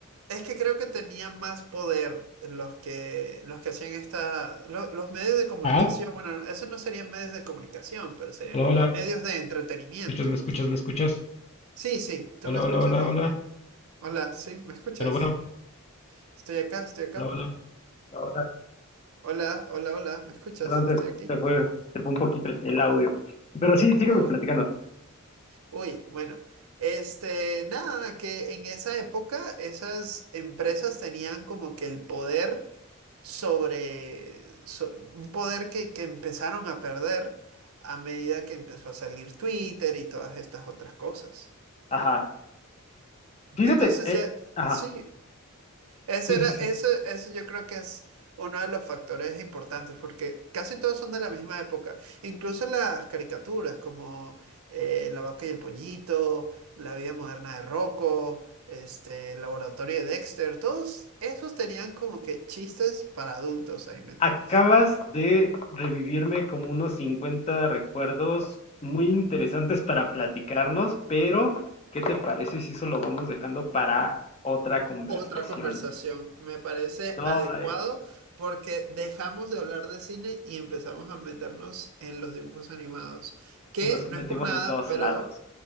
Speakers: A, on the right (about 70°); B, on the left (about 30°).
A: Es que creo que tenían más poder los que, los que hacían esta, lo- los medios de comunicación.
B: Ah,
A: Bueno, eso no serían medios de comunicación, pero serían
B: hola,
A: como
B: hola.
A: medios de entretenimiento.
B: escuchas? ¿Me escuchas? ¿Me escuchas?
A: Sí, sí, ¿tú
B: Hola,
A: me escuchas
B: hola, hola,
A: bien?
B: hola.
A: Hola, sí, ¿me escuchas?
B: Bueno, bueno,
A: Estoy acá, estoy acá.
B: hola, hola. Hola, hola.
A: Hola, hola, hola, ¿me escuchas?
B: Perdón, se,
A: Estoy aquí.
B: se fue, se fue un poquito el, el audio. Pero sí, sígueme
A: Oh,
B: platicando.
A: uy, bueno. Este, nada, que en esa época esas empresas tenían como que el poder sobre so- un poder que, que empezaron a perder a medida que empezó a salir Twitter y todas estas otras cosas.
B: Ajá. Fíjate,
A: Entonces
B: eh,
A: ya,
B: ajá.
A: sí, ese
B: Sí,
A: era,
B: sí, sí.
A: eso, eso yo creo que es uno de los factores importantes porque casi todos son de la misma época. Incluso las caricaturas como eh, La vaca y el pollito, La vida moderna de Rocco. Este, el laboratorio de Dexter, todos esos tenían como que chistes para adultos ahí metidos.
B: Acabas de revivirme como unos 50 recuerdos muy interesantes para platicarnos, pero ¿qué te parece si eso lo vamos dejando para otra conversación?
A: otra conversación. Me parece
B: No,
A: adecuado
B: eh,
A: porque dejamos de hablar de cine y empezamos a meternos en los dibujos animados, que
B: nos
A: no
B: metimos
A: es por nada,
B: en todos
A: pero
B: lados.